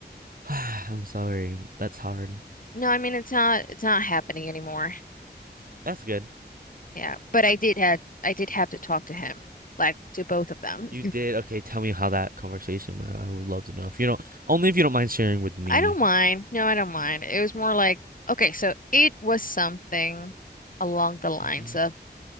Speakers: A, on the right; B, on the left.
A: <sighs> I'm sorry. That's hard.
B: No, I mean it's not it's not happening anymore.
A: That's good.
B: Yeah, but I did have I did have to talk to him, like to both of them.
A: You did? Okay, tell me how that conversation went. I would love to know. If you don't, only if you don't mind sharing
B: <laughs>
A: with me.
B: I don't mind. No, I don't mind. It was more like okay, so it was something along the lines
A: hmm
B: of